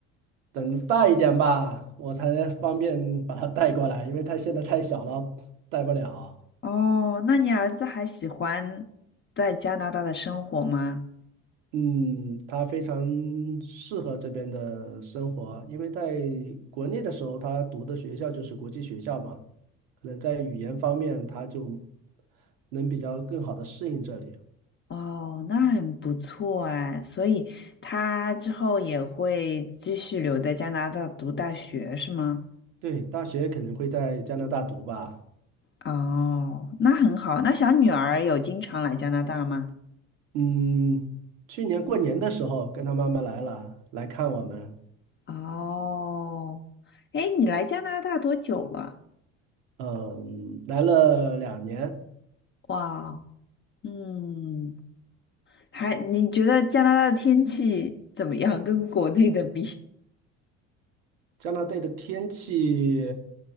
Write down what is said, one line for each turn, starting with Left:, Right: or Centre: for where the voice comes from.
Right: 等大一点吧，我才方便把它带过来，因为它现在太小了，带不了。
Left: 哦，那你儿子还喜欢在加拿大的生活吗？
Right: 嗯，它非常适合这边的生活，因为在国内的时候，他读的学校就是国际学校嘛，可能在语言方面，他就能比较更好的适应这里。
Left: 哦，那很不错哎，所以他之后也会继续留在加拿大读大学，是吗？
Right: 对，大学肯定会在加拿大读吧。
Left: 哦，那很好。那小女儿有经常来加拿大吗？
Right: 嗯，去年过年的时候跟他妈妈来了，来看我们，
Left: 哦，哎，你来加拿大多久了？
Right: 嗯，来了两年。
Left: 哇，嗯，还，你觉得加拿大的天气怎么样？跟国内的比？
Right: 加拿大的天气，